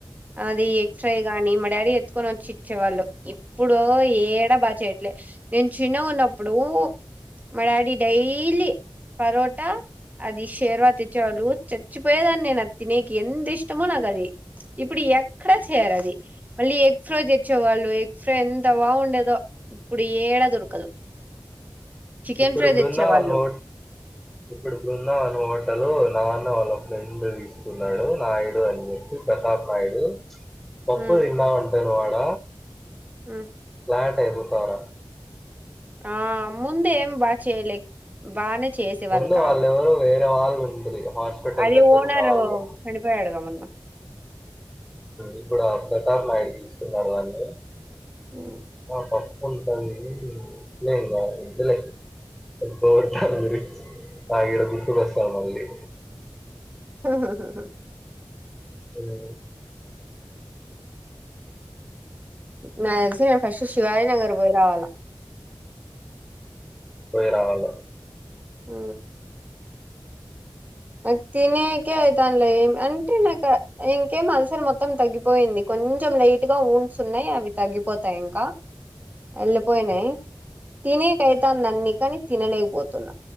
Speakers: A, on the right; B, in the centre.
A: అది ఎగ ఫ్రై గానీ మా డాడీ ఎతుకొని వచ్చి ఇచ్చేవాళ్ళు ఇప్పుడు ఏడా బాగా చేయట్లే నేను చిన్నగ ఉన్నప్పుడు మా డాడీ డైలీ పరోటా, అది షేర్వా తెచ్చేవాళ్ళు చచ్చిపోయేదాన్ని నేను అ తినేకి ఎంత ఇష్టమో నాకు అది ఇప్పుడు ఎక్కడ చేయరు అది మళ్ళీ ఎగ్ ఫ్రోజ్ తెచ్చేవాళ్ళు ఎగ్ ఫ్రే ఎంత బాగుండేదొ ఇప్పుడు ఏడా దొరకదు చికెన్
B: ఇప్పుడు
A: ఫ్రై
B: బృందావనం
A: తెచ్చేవాళ్ళు
B: హో ఇప్పుడిప్పుడున్న అనుమాటలు నాన్న వాళ్ళ ఫ్రెండ్ తీసుకున్నాడు నాయుడు అన్ని ప్రతాప్ నాయుడు పప్పు
A: ఉమ్
B: తిన్నా ఉంటడు వాడ
A: హు
B: ఫ్లాట్ అయిపోతార
A: ఆ ముందే ఏం బా చేయలేక్ బానే చేసేవాళ్ళుకాదు
B: ముందు వాళ్ళెవరో వేరే వాళ్ళు ఉండ్రి హాస్పిటల్
A: అది
B: దగ్గర
A: ఓనరు
B: ఉన్న వాళ్ళు
A: చనిడిపోయాడుగా మొన్న
B: ఇప్పుడు ఆ ప్రతాప్ నాయుడు తీసుకున్నారు దాన్ని
A: హ్మ్.
B: మా పా ఉంటుంది ఏం కాదు ఒద్దులే అబ్బో చానా రిచ్ ఆ ఇడ గుర్తుకొస్తాన్ మళ్ళీ
A: హూహుహుహు
B: ఏమైనా
A: నాకు తెలిసి నేను ఫస్ట్ శివాజీ నగర్ పోయి రావాలా
B: పోయ రావాలే
A: ఉ నాక్ తినేకే అవుతానులో ఏమి అంటే నాకు ఇంకేం అలసరి మొత్తం తగ్గిపోయింది కొంచెం లైట్ గా ఊండ్సున్నాయి అవి తగ్గిపోతాయి ఇంకా వెళ్ళిపోయినాయి
B: ఉమ్,
A: తినేకైతాందన్ని కానీ తినలేకపోతున్నా